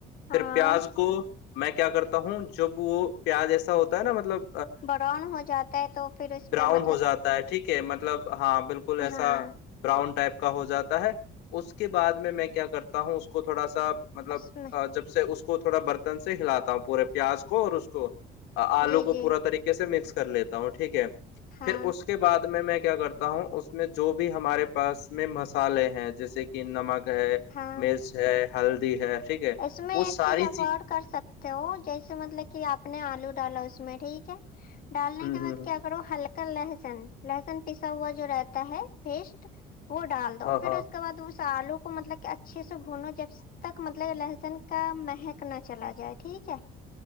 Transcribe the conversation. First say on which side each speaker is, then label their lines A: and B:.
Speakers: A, on the left; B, on the left.
A: ہاں
B: پھر پیاز کو میں کیا کرتا ہوں جب وہ پیاز ایسا ہوتا ہے نا مطلب
A: برون ہو جاتا ہے تو پھر اس
B: براؤن
A: میں مطلب
B: ہو جاتا ہے ٹھیک ہے مطلب ہاں بالکل ایسا
A: ہاں
B: براؤن ٹائپ ہو جاتا ہے اس کے بد میں میں کیا کرتا ہوں اس کو تھوڑا سا مطلب
A: اس میں
B: جب سے اس کو اس کو تھوڑا برتن سے ہلاتا ہوں پورے پیاز کو اور اس کو آلو
A: جی
B: کو
A: جی
B: پورا طریقے سے مکس کر لیتا ہوں ٹھیک ہے
A: ہاں
B: پھر اس کے بعد میں میں کرتا ہوں اس میں جو بھی ہمارے پاس میں مسالے ہیں جسے کہ نمک ہے
A: ہاں
B: میز ہے ہلدی ہے ٹھیک ہے
A: اس میں
B: وہ
A: ایک
B: ساری
A: چیز آپ اور کر سکتے ہو جیسے مطلب کہ آپ نے آلو ڈالا اس میں ٹھیک ہے ڈالنے
B: ہوں
A: کے
B: ہوں
A: بعد کیا کرو ہلکا لہسن لہسن پسا ہوا جو رہتا ہے پیسٹ وہ ڈال دو
B: ہاں
A: پھر
B: ہاں
A: اس کے بع اس سالو کو مطلب کہ اچھے سے بھونو جب تک مطلب م لہسن کا مہک نہ چلا جائے ٹھیک ہے